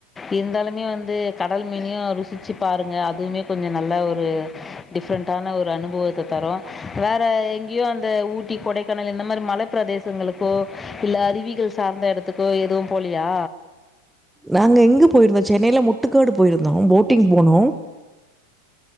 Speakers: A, on the left; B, in the centre.
A: இருந்தாலுமே வந்து கடல் மீனையு ருசிச்சி பாருங்க அதுவுமே கொஞ்சொ நல்லா ஒரு டிஃப்ரெண்ட்டான ஒரு அனுபவத்த தரு வேற எங்கியு அந்த ஊட்டி கொடைக்கானல் இந்த மாரி மலப் பிரதேசங்களுக்கோ இல்ல அறிவிகள் சார்ந்த எடத்துக்கோ எதுவு போலியா
B: நாங்க எங்க போயிருந்தோ சென்னைல முட்டுக்காடு போயிருந்தோ போட்டிங் போனோ